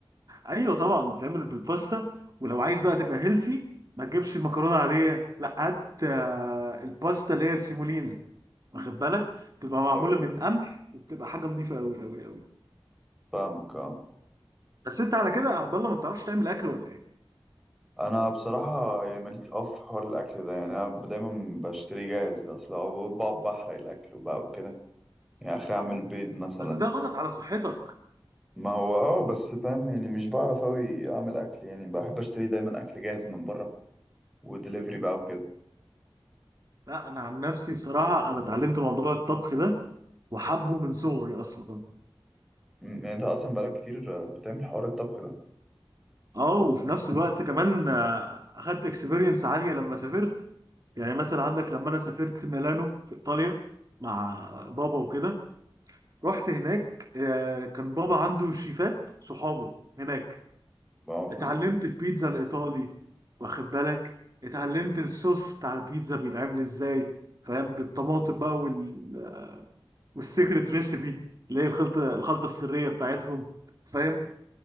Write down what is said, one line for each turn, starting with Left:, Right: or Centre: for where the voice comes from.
Right: ايوه طبعا بتعمل بالباستا ولو عايز بقى تبقى هيلسي ما تجيبش مكرونه عاديه لا هات آه، الباستا اللي هي السيمولينا واخد بالك بتبقى معموله
Centre: ايوه أيوة.
Right: من قمح وبتبقى حاجه نظيفه قوي قوي قوي
Centre: فاهمك اه
Right: بس انت على كده يا عبد الله ما بتعرفش تعمل اكل ولا ايه
Centre: انا بصراحه يعني ماليش اه في حوار الاكل ده يعني انا ب- دايما بشتري جاهز اصلا أو بقعد بحرق الاكل وبقى وكده يعني اخري اعمل بيض مثلا
Right: بس ده غلط على صحتك
Centre: ما هو اه بس فاهم يعني مش بعرف اوي اعمل اكل يعني بحب اشتري دايما اكل جاهز من بره ودليفري بقى وكده
Right: لا انا عن نفسي بصراحه انا اتعلمت موضوع الطبخ ده وحبه من صغري اصلا
Centre: م- يعني انت اصلا بقالك كتير آه، بتعمل حوار الطبخ ده
Right: اه وفي نفس الوقت كمان آه، اخدت اكسبيرينس عاليه لما سافرت يعني مثلا عندك لما انا سافرت ميلانو في ايطاليا مع بابا وكده رحت هناك آه، كان بابا عنده شيفات صحابه هناك
Centre: ما هو فاهم
Right: اتعلمت البيتزا الايطالي واخد بالك اتعلمت الصوص بتاع البيتزا بيتعمل ازاي فاهم بالطماطم بقى وال... والسيكريت ريسيبي اللي هي الخلطه الخلطه السريه بتاعتهم فاهم